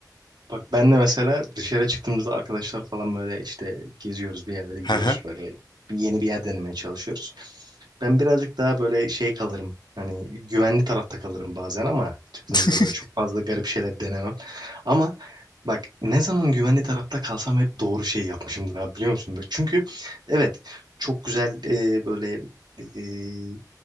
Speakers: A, on the right; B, on the left.
A: bak ben de mesela dışarı çıktığımızda arkadaşlar falan böyle işte geziyoruz bir yerlere
B: Hı
A: gidiyoruz
B: hı.
A: böyle yeni bir yer denemeye çalışıyoruz. Ben birazcık daha böyle şey kalırım. Hani güvenli tarafta kalırım bazen ama çıktığımızda
B: <laughs>
A: böyle çok fazla garip şeyler denemem. Ama bak ne zaman güvenli tarafta kalsam hep doğru şeyi yapmışımdır abi biliyor musun? Bak Çünkü evet çok güzel e, böyle e,